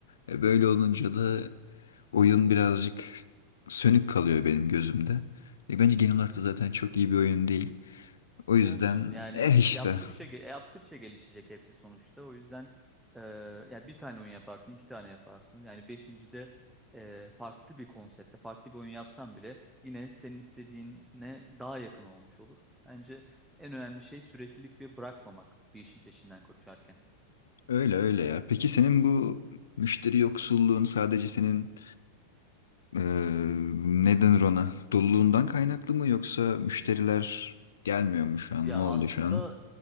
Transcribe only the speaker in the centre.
Olsun yani
yaptıkça ge- e, yaptıkça gelişecek hepsi sonuçta. O yüzden e, ya bir tane oyun yaparsın, iki tane yaparsın. Yani beşincide e, farklı bir konsepte, farklı bir oyun yapsan bile yine senin istediğine daha yakın olmuş olur. Bence en önemli şey süreklilik ve bırakmamak bir işin peşinden koşarken.
Ya
aslında